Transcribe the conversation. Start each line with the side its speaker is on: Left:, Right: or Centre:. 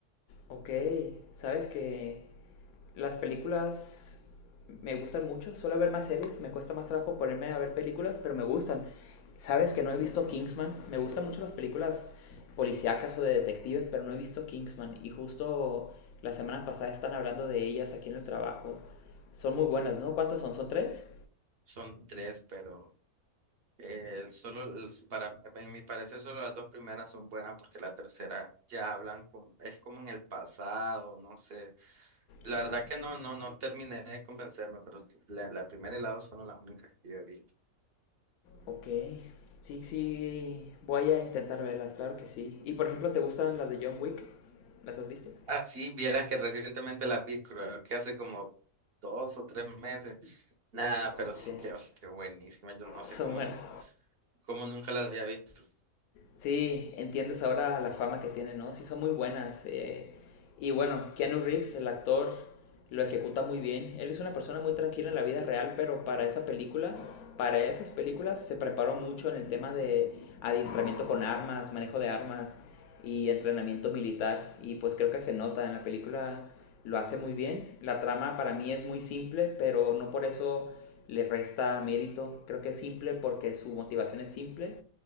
Left: Ok, sabes que las películas me gustan mucho, suelo ver más series, me cuesta más trabajo ponerme a ver películas, pero me gustan. Sabes que no he visto Kingsman, me gustan mucho las películas policíacas o de detectives, pero no he visto Kingsman y justo la semana pasada están hablando de ellas aquí en el trabajo. Son muy buenas, ¿no? ¿Cuántas son? ¿Son tres?
Right: son tres, pero eh, solo los- para en mi parecer solo las dos primeras son buenas porque la tercera ya hablan como, es como en el pasado, no sé. La
Left: Claro.
Right: verdad que no, no, no terminé de convencerme, pero la, la primera y la dos fueron las únicas que yo he visto.
Left: Ok. Sí, sí, voy a intentar verlas, claro que sí. Y por ejemplo, ¿te gustan las de John Wick? ¿Las has visto?
Right: Ah, sí, vieras que recientemente la vi, creo que hace como dos o tres meses. Nada, pero
Left: Sí.
Right: sí que, o sea, que buenísima. Yo no sé
Left: Son
Right: cómo,
Left: buenas.
Right: n- cómo nunca la había visto.
Left: Sí, entiendes ahora la fama que tiene, ¿no? Sí, son muy buenas. eh, Y bueno, Keanu Reeves, el actor, lo ejecuta muy bien. Él es una persona muy tranquila en la vida real, pero para esa película, para esas películas, se preparó mucho en el tema de adiestramiento con armas, manejo de armas y entrenamiento militar. Y pues creo que se nota en la película, lo hace muy bien. La trama para mí es muy simple, pero no por eso le resta mérito. Creo que es simple porque su motivación es simple